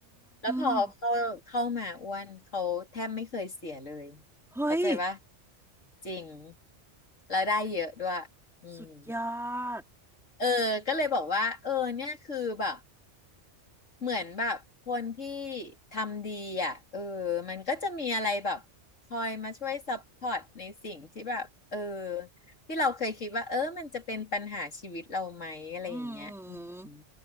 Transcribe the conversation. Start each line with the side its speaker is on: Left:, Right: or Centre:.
Left: แล้วพอเข้าเข้ามาอ้วนเขาแทบไม่เคยเสียเลย
Centre: มเฮ้ย
Left: เข้าใจปะจริงแล้วได้เยอะด้วยอืม
Centre: สุดยอด
Left: เออ ก็เลยบอกว่า เออเนี่ยคือแบบ เหมือนแบบคนที่ทำดีอ่ะ เออ มันก็จะมีอะไรแบบคอยมาช่วยซัพพอร์ตในสิ่งที่แบบ เออ ที่เราเคยคิดว่า เออ มันจะเป็นปัญหาชีวิตเราไหม อะไรอย่างเงี้ยอืม
Centre: อืม